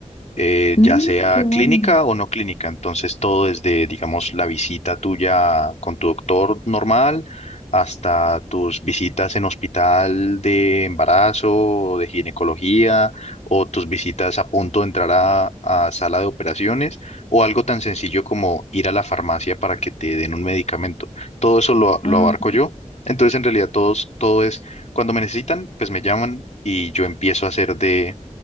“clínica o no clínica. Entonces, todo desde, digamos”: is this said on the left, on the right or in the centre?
Left